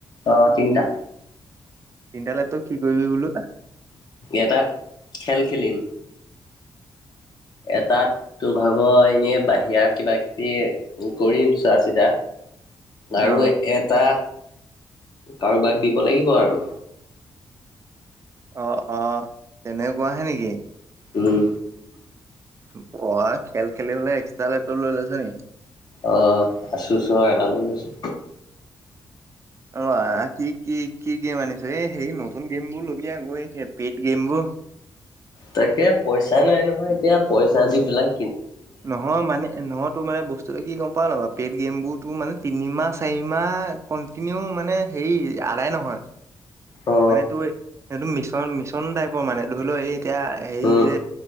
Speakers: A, on the left; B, on the right.
A: আহ তিনিটা।
B: তিনিটা লেপটপ কি কৰিবি বোলো অ'।
A: এটাত খেল খেলিম এটাত তোৰ ভাগৰ এনেই বাহিৰা কিবা কিবি কৰিম চোৱা চিতা। আৰু
B: অ'।
A: এটা কাৰোবাক দিব লাগিব আৰু।
B: অ', অ', তেনেকুৱাহে নেকি।
A: উম।
B: <unintelligible> খেল খেলিবলৈ এক্সট্ৰা লেপতপ লৈ লৈছ' নি।
A: আহ আছো চো এল লৈ লৈছো।
B: অ' আ কি কি কি গেম আনিছ'? এ, হেই নতুন গেমবোৰ লবি আ গৈ, <unintelligible> পেইড গেমবোৰ।
A: তাকেই পইচা নাই নহয় এতিয়া পইচা দি পেলাক।
B: নহয় মানে নহয় তোৰ মানে বস্তুটো কি ক'ম বা পেড গেমবোৰতো মানে তিনিমাহ চাৰিমাহ কন্টিনিউ মানে হেৰি আদায় নহয়।
A: অ
B: মানে তোৰ সেইটো মিছন-মিছন টাইপৰ মানে, ধৰি লওঁ এই এতিয়া সেই
A: উম
B: যে,